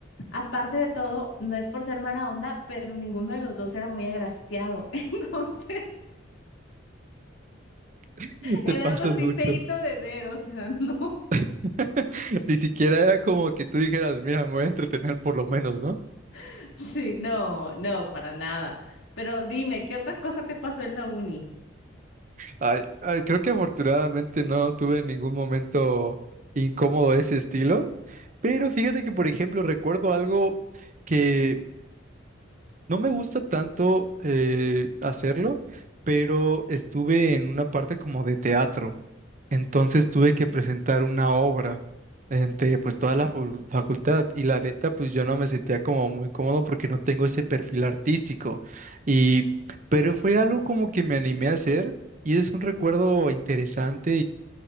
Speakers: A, on the left; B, on the right.
A: Aparte de todo, no es por ser mala onda, pero ninguno de los dos era muy agraciado. <laughs> Entonces
B: <laughs>
A: era
B: Te pasas
A: algo así
B: mucho.
A: feíto de ver, o sea, no,
B: <laughs> Ni siquiera era como que tú dijeras, mira, me voy a entretener por lo menos, ¿no?
A: <laughs> sí, no, no, para nada. Pero dime, ¿qué otra cosa te pasó en la uni?
B: Ay, ay, creo que afortunadamente no tuve ningún momento incómodo de ese estilo, pero fíjate que, por ejemplo, recuerdo algo que no me gusta tanto eh, hacerlo, pero estuve en una parte como de teatro. Entonces tuve que presentar una obra ante pues toda la fu- facultad y la neta pues yo no me sentía como muy cómodo porque no tengo ese perfil artístico y pero fue algo como que me animé a hacer y es un recuerdo interesante